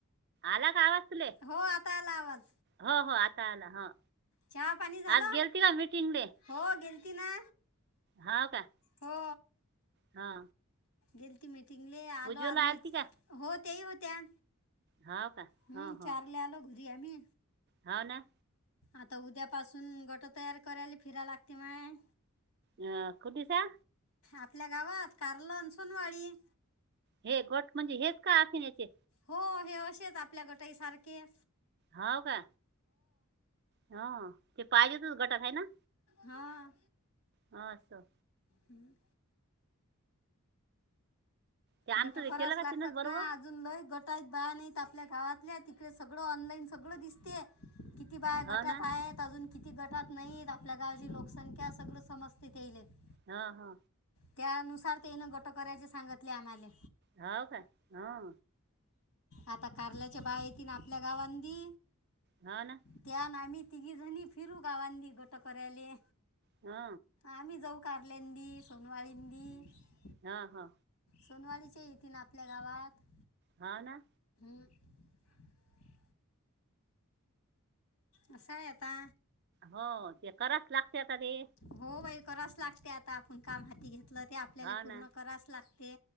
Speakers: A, on the right; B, on the left.
A: आला का आवाज तुले?
B: हो आता आला आवाज
A: हो हो आता आला हो
B: चहा पाणी झालं?
A: आज गेलती का मीटिंगले
B: हो गेलती ना
A: हो का
B: हो.
A: हा.
B: गेलती मिटिंगले आलो
A: उज्ज्वला
B: आधीच
A: आलती का
B: हो तेही होत्या
A: हो का
B: हम्म
A: हो हो
B: चारले आलो घरी आम्ही
A: हो ना
B: आता उद्या पासून गटं तयार करायले फिरा लागते मन्हे
A: हा कुठीसा?
B: आपल्या गावात कार्ला अन सूनवाळी
A: हे गट म्हणजे हेच का आखिन्याचे
B: हो हे अशेच आपल्या गटसारखे
A: हाव का? ह. ते पाहिजेतच गटात हैना
B: हा
A: हां असं.
B: हम्म.
A: ते आमचं
B: गटं
A: हे
B: करास
A: केलं का
B: लागतात
A: तिनंच बरोबर
B: ना अजून लय गटं आहेत बाया नाहीत आपल्या गावातल्या तिकडे सगळं ऑनलाईन सगळं दिसते किती बाया
A: हो
B: गटात
A: ना
B: आहेत अजून किती गटात नाहीत आपल्या गावची लोकसंख्या सगळं समजतं त्या हेज्यात-
A: हा हा.
B: त्यानुसार तेनं गटं करायचे सांगितले आम्हाले
A: होव काय हा-
B: आता कारल्याच्या बाया येतिन आपल्या गावांदी
A: हो ना
B: त्या अन् आमी तिघी जणी फिरू गावांदी गटं करायले
A: हो
B: आम्ही जाऊ कारल्यांदी, सुनवाळींदी
A: हा हा.
B: सुनवाळीच्या येतीन आपल्या गावात
A: हा ना
B: <unintelligible> असं आहे आता
A: हो ते कराच लागते आता ते
B: हो बाई करावंच लागते आता आपण काम हाती घेतलं ते आपल्याला
A: हा
B: पूर्ण
A: ना
B: करावंच लागते